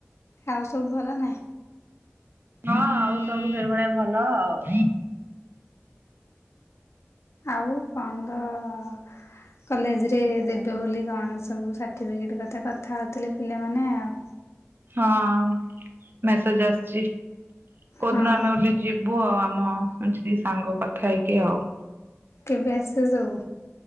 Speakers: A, on the left (about 75°); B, on the right (about 50°).
A: ଆଉ ସବୁ ଭଲ ନା?
B: ହଁ ଆଉ ସବୁ ସେଇଭଳିଆ ଭଲ ଆଉ।
A: ଆଉ କଣ -ଅ-ଅ କଲେ୍। ଜରେ ଦେବେ ବୋଲି କଣ ସବୁ ସାର୍ଟିଫିକେଟ୍ କଥା କଥା ହେଉଥିଲେ ପିଲାମାନେ ଆଉ
B: ହଁ ମେସେଜ ଆସିଛି କୋଉଦିନ
A: ହଁ
B: ଆମେ ଉଠି ଯିବୁ ଆଉ ଆମ ଏ ଯଦି ସାଙ୍ଗ କଥା ହେଇକି ଆଉ।
A: କେବେ ଆସିଲ ଯଉ